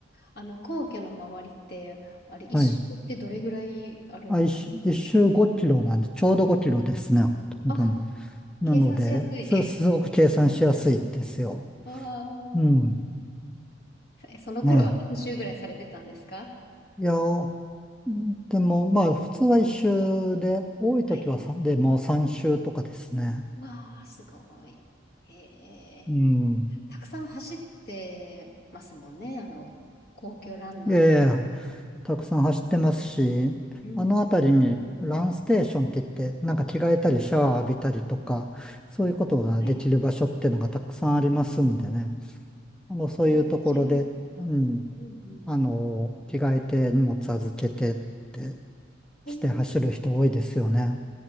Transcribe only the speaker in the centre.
はい。あ、一周一周5キロなんで、ちょうど5キロですね。ほとんど
なので、
す、すごく計算しやすいんですよ。
うん。
ねえ。いや、おでも、まあ、普通は一周で、多い時はさでもう3周とかですね。
うん。
ええたくさん走ってますし、
あの辺りにランステーションって言って、なんか着替えたりシャワー浴びたりとか、そういうことができる場所っていうのがたくさんありますんでね。
あの、そういうところで、
うん、
あの、着替えて荷物預けてって
して走る人多いですよね。